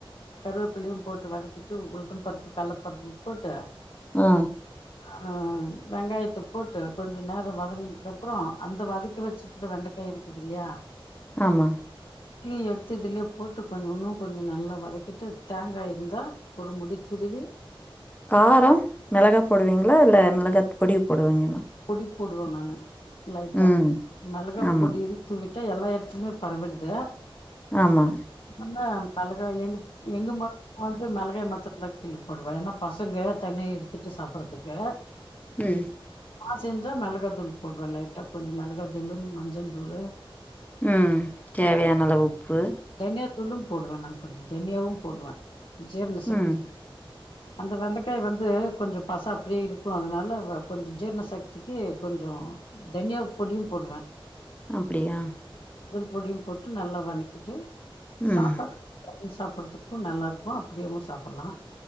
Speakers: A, on the left (about 60°); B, on the left (about 15°).
A: கருவேப்பிள்ளையு போட்டு வதக்கிட்டு உளுத்த பருப்பு கலப்பருப்பு போட்டு
B: ஆ
A: அ வெங்காயத்த போட்டு கொஞ்ச நேரம் வதங்கதுக்கு அப்புறம் அந்த வதக்கி வச்சுக்கிற வெண்டைக்காய் இருக்குது இல்லையா
B: ஆமா
A: நீ எடுத்து இதுலயே போட்டு கொஞ்ச இன்னு கொஞ்ச நல்லா வதக்கிட்டு தேங்காய் இருந்தா ஒரு முடி துருவி
B: கார மிளகா போடுவீங்களா இல்ல மிளகா பொடி போடுவீங்களா
A: போடுவோ நானு லைட்டா
B: ம்
A: மெளகா
B: ஆமா
A: பொடி தூவிட்டு ட்ட எல்லா எடத்துலிமே பரவிடுது
B: ஆமா
A: ஆமாம் மெளகாய் எங் எங்க ம வந்து மெளகாய் மாத் ந்த கிழ்லப்போடுவே ஏனா பசங்க தண்ணி எடுத்துட்டு சாப்பறதுக்கு
B: ம்
A: நான் செஞ்சா மெளகா தூள் போடுவே லைட்டா கொஞ்சோ மெளகா தூளு மஞ்சள் தூளு
B: ம் தேவையான அளவு உப்பு
A: தனியா தூளும் போடுவே நா கொஞ்சோ தனியாவு போடுவே ஜீர்ணசக்திக்கி
B: ம்
A: அந்த வெண்டைக்காய வந்து கொஞ்சோ பச அப்பிடியே இருக்கு அதனால கொஞ்சோ ஜீரண சக்திக்கி கொஞ்சோ தனியா பொடியும் போடுவே
B: அப்டியா
A: அதுல் பொடியும் போட்டு நல்லா வதக்கிட்டு
B: ம்
A: சாப்பாட்டுக் ம் சாப்புட்றதுக்கு நல்லாருக்கு அப்டியேவு சாப்புர்லா